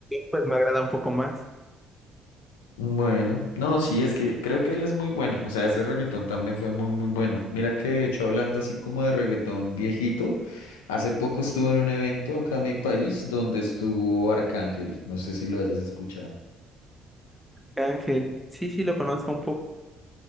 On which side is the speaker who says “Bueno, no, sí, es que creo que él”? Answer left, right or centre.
Left